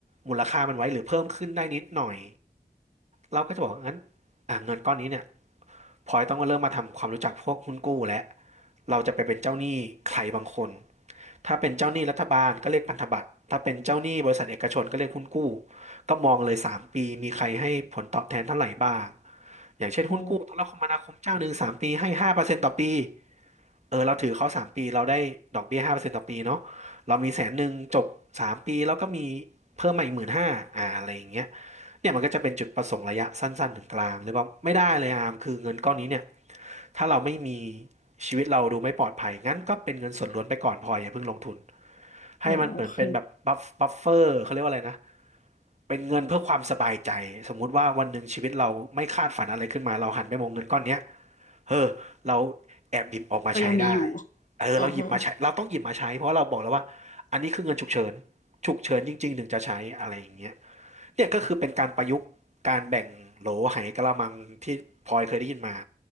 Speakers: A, on the right; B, on the left.
A: มูลค่ามันไว้หรือเพิ่มขึ้นได้นิดหน่อยเราก็จะบอกงั้นอ่ะเงินก้อนนี้เนี่ยพลอยต้องเริ่มมาทำความรู้จักพวกหุ้นกู้แล้วเราจะไปเป็นเจ้าหนี้ใครบางคนถ้าเป็นเจ้าหนี้รัฐบาลก็เรียกพันธบัตรถ้าเป็นเจ้าหนี้บริษัทเอกชนก็เรียกหุ้นกู้ก็มองเลยสามปีมีใครให้ผลตอบแทนเท่าไหร่บ้างอย่างเช่นหุ้นกู้โทรคมนาคมเจ้าหนึ่งสามปีให้ห้าเปอร์เซ็นตต่อปี
B: อ๋อ
A: เออเราถือเขาสามปีเราได้ดอกเบี้ยห้าเปอร์เซ็นต์ต่อปีเนาะเรามีแสนหนึ่งจบสามปีแล้วก็มีเพิ่มมาอีกหมื่นห้าอ่าอะไรอย่างเงี้ยเนี่ยมันก็จะเป็นจุดประสงค์ระยะสั้นๆถึงกลางหรือว่าไม่ได้เลยอามคือเงินก้อนนี้เนี่ยถ้าเราไม่มีชีวิตเราดูไม่ปลอดภัยงั้นก็เป็นเงินส่วนล้วนไปก่อนพออย่าเพิ่งลงทุนให้มันเหมือนเป็นแบบบัฟบัฟเฟอร์เขาเรียกว่าอะไรนะ
B: อ๋อโอเค
A: เป็นเงินเพื่อความสบายใจสมมุติว่าวันหนึ่งชีวิตเราไม่คาดฝันอะไรขึ้นมาเราหันไปมองเงินก้อนเนี้ย เออเราแอบหยิบออกมาใช้ได้
B: ก็ยังมีอยู่
A: เออเราหยิบมาใช้เราต้องหยิบมาใช้เพราะเราบอกแล้วว่า
B: อ่าฮะ
A: อันนี้คือเงินฉุกเฉินฉุกเฉินจริงๆถึงจะใช้อะไรอย่างเงี้ยเนี่ยก็คือเป็นการประยุกต์การแบ่งโหลไหกะละมังที่พลอยเคยได้ยินมา